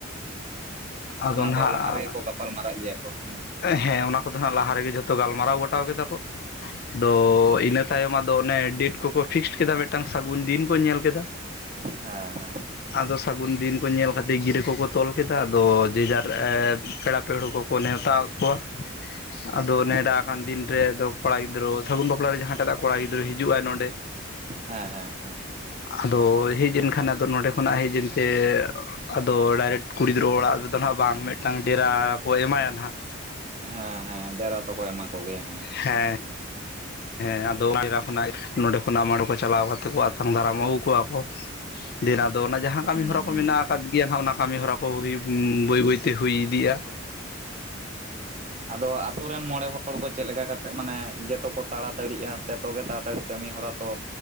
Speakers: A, on the left; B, on the right.
A: ᱟᱫᱚ
B: ᱚᱱᱟ
A: ᱱᱟᱦᱟᱜ
B: ᱫᱚ ᱞᱟᱦᱟ ᱨᱮᱜᱮ ᱠᱚ ᱜᱟᱯᱟᱞ ᱢᱟᱨᱟᱜ ᱜᱮᱭᱟ ᱠᱚ, ᱦᱮᱸ᱾
A: ᱦᱮᱸ ᱚᱱᱟ ᱠᱚᱫᱚ ᱦᱟᱸᱜ ᱞᱟᱦᱟ ᱨᱮᱜᱮ ᱡᱷᱚᱛᱚ ᱜᱟᱞᱢᱟᱨᱟᱣ ᱜᱚᱴᱟᱣ ᱠᱮᱫᱟ ᱠᱚ᱾ ᱟᱫᱚ ᱤᱱᱟᱹ ᱛᱟᱭᱚᱢ ᱟᱫᱚ ᱚᱱᱮ ᱰᱮᱹᱴ ᱠᱚᱠᱚ ᱯᱷᱤᱠᱥᱰ ᱠᱮᱫᱟ, ᱢᱤᱫᱴᱟᱝ ᱥᱟᱹᱜᱩᱱ ᱫᱤᱱ ᱠᱚ ᱧᱮᱞ ᱠᱮᱫᱟ᱾
B: ᱦᱮᱸ ᱦᱮᱸ᱾
A: ᱟᱫᱚ ᱥᱟᱹᱜᱩᱱ ᱫᱤᱱ ᱠᱚ ᱧᱮᱞ ᱠᱟᱛᱮᱜ ᱜᱤᱨᱟᱹ ᱠᱚᱠᱚ ᱛᱚᱞ ᱠᱮᱫᱟ, ᱟᱫᱚ ᱡᱮᱡᱟᱨ ᱮ ᱯᱮᱲᱟ ᱯᱮᱦᱲᱳ ᱠᱚᱠᱚ ᱱᱮᱶᱛᱟᱣ ᱠᱚᱣᱟ᱾ ᱟᱫᱚ
B: ᱦᱮᱸ
A: ᱱᱮᱰᱟ ᱟᱠᱟᱱ ᱫᱤᱱ ᱨᱮ ᱫᱚ ᱠᱚᱲᱟ ᱜᱤᱫᱽᱨᱟᱹ ᱥᱟᱹᱜᱩᱱ ᱵᱟᱯᱞᱟ ᱨᱮ ᱡᱟᱦᱟᱸᱴᱟᱜ ᱠᱚᱲᱟ ᱜᱤᱫᱽᱨᱟᱹ ᱦᱤᱡᱩᱜᱼᱟᱭ ᱱᱚᱸᱰᱮ᱾
B: ᱦᱮᱸ ᱦᱮᱸ ᱦᱮᱸ᱾
A: ᱟᱫᱚ ᱦᱮᱡ ᱮᱱ ᱠᱷᱟᱱ ᱟᱫᱚ ᱱᱚᱰᱮ ᱠᱷᱚᱱᱟᱜ ᱦᱮᱡ ᱮᱱᱛᱮ ᱟᱫᱚ ᱰᱟᱭᱨᱮᱠᱴ ᱠᱩᱲᱤ ᱜᱤᱫᱽᱨᱟᱹ ᱚᱲᱟᱜ ᱨᱮᱫᱚ ᱱᱟᱦᱟᱜ ᱵᱟᱝ, ᱢᱮᱫᱴᱟᱝ ᱰᱮᱨᱟ ᱠᱚ ᱮᱢᱟᱭᱟ ᱱᱟᱦᱟᱜ᱾
B: ᱦᱮᱸ ᱦᱮᱸ ᱦᱮᱸ ᱰᱮᱨᱟ ᱛᱚᱠᱚ ᱮᱢᱟ ᱠᱚ ᱜᱮᱭᱟ᱾
A: ᱦᱮᱸ᱾ ᱦᱮᱸ ᱟᱫᱚ ᱰᱮᱨᱟ ᱠᱷᱚᱱᱟᱜ ᱱᱚᱰᱮ ᱠᱷᱚᱱᱟᱜ ᱢᱚᱬᱮ ᱠᱚ ᱪᱟᱞᱟᱣ ᱠᱟᱛᱮᱫ ᱠᱚ ᱟᱛᱟᱝ ᱫᱟᱨᱟᱢ ᱟᱹᱜᱩ ᱠᱚᱣᱟ ᱠᱚ᱾ ᱫᱤᱭᱮ ᱟᱫᱚ ᱚᱱᱟ ᱡᱟᱦᱟᱸ ᱠᱟᱹᱢᱤ
B: ᱦᱩᱸ
A: ᱦᱚᱨᱟ ᱠᱚ
B: ᱦᱩᱸ
A: ᱢᱮᱱᱟᱜ ᱟᱠᱟᱫ ᱜᱮᱭᱟ ᱦᱟᱸᱜ, ᱚᱱᱟ ᱠᱟᱹᱢᱤ ᱦᱚᱨᱟ ᱠᱚ ᱵᱟᱹᱭ ᱵᱟᱹᱭ ᱛᱮ ᱦᱩᱭ ᱤᱫᱤᱜᱼᱟ᱾
B: ᱟᱫᱚ ᱟᱛᱳ ᱨᱮᱱ ᱢᱚᱬᱮ ᱦᱚᱲ ᱠᱚ ᱪᱮᱫ ᱞᱮᱠᱟ ᱠᱟᱛᱮᱫ ᱢᱟᱱᱮ ᱡᱚᱛᱚ ᱠᱚ ᱛᱟᱲᱟ ᱛᱟᱹᱲᱤᱜᱼᱟ᱾ ᱡᱚᱛᱚ ᱜᱮ ᱛᱟᱲᱟ ᱛᱟᱲᱤ ᱠᱟᱹᱢᱤ ᱦᱚᱨᱟ ᱛᱚ